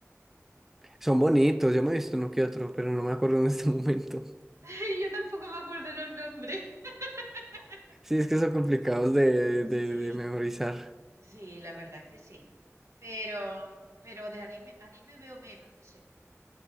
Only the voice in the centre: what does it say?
Son bonitos, yo me he visto uno que otro, pero no me acuerdo en este
<laughs> momento.
Sí, es que son complicados de,
de, de memorizar.